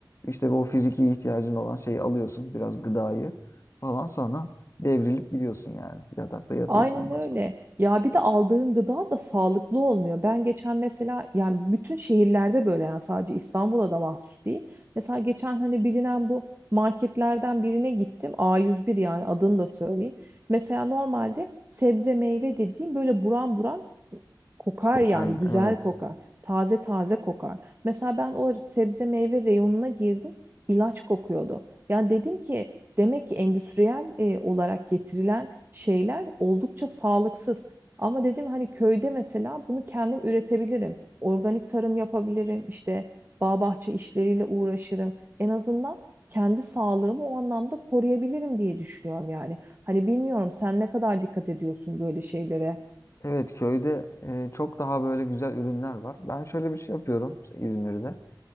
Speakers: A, on the left; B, on the right.
A: İşte bu fiziki ihtiyacın olan şeyi alıyorsun, biraz gıdayı falan sonra devrilip gidiyorsun yani. Yatakta yatıyorsun
B: Aynen
A: ondan
B: öyle.
A: sonra.
B: Ya bir de aldığın gıda da sağlıklı olmuyor. Ben geçen mesela yani bütün şehirlerde böyle yani sadece İstanbul'a da mahsus değil. Mesela geçen hani bilinen bu marketlerden birine gittim. A101 yani adını da söyleyeyim. Mesela normalde sebze meyve dediğim böyle buram buram kokar
A: Kokar,
B: yani güzel
A: evet.
B: kokar. Taze taze kokar. Mesela ben o sebze meyve reyonuna girdim. ilaç kokuyordu. Yani dedim ki Demek ki endüstriyel e, olarak getirilen şeyler oldukça sağlıksız. Ama dedim hani köyde mesela bunu kendim üretebilirim. Organik tarım yapabilirim. işte bağ bahçe işleriyle uğraşırım. En azından kendi sağlığımı o anlamda koruyabilirim diye düşünüyorum yani. Hani bilmiyorum sen ne kadar dikkat ediyorsun böyle şeylere.
A: Evet köyde e, çok daha böyle güzel ürünler var. Ben şöyle bir şey yapıyorum işte İzmir'de.